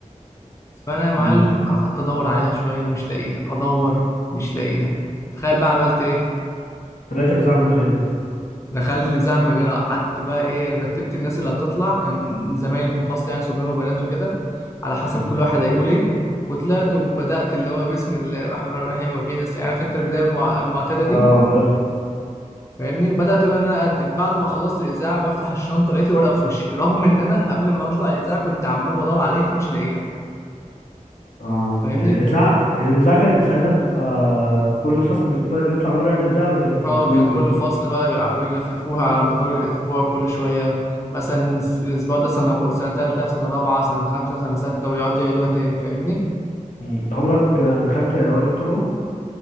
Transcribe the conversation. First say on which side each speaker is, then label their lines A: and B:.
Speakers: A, on the left; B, on the left.
A: فأنا يا معلم
B: امم
A: قعدت أدور عليها شوية مش لاقيها أدور مش لاقيها تخيل بقى عملت إيه
B: طلعت الإذاعة من
A: دخلت الاذاعه من غيرها قعدت بقى ايه رتبت الناس اللي هتطلع كان زمايلي في الفصل يعني صبيان وبنات وكده على حسب
B: غيرها
A: كل واحد هيقول ايه وطلعت وبدات اللي هو بسم الله الرحمن الرحيم وبينا نستعين عارف انت البدايه المع- المعتاده دي
B: اه عارف
A: فاهمني وبدات بقى ان انا اقدم بعد ما خلصت الاذاعه بفتح الشنطه لقيت الورقه في وشي رغم ان انا قبل ما اطلع الاذاعه كنت عمال بدور عليها مش لاقيها
B: اه
A: فاهمني
B: الاذاعه الاذاعه كانت ساعتها بتبقى كل فصل بيط- بيطلع مره يعمل اذاعه ولا كانت
A: اه
B: من كل
A: كان كل فصل بقى يع- ويلففوها على مدار الأسبوع كل شوية مثلا الس- الأسبوع ده سنة أو- سنة تالتة سنة رابعة سنة خمسة سنة ستة ويقعدوا يعيدوها تاني فاهمني؟
B: مم. انت عمرك آه، دخلت اوائل الطلبه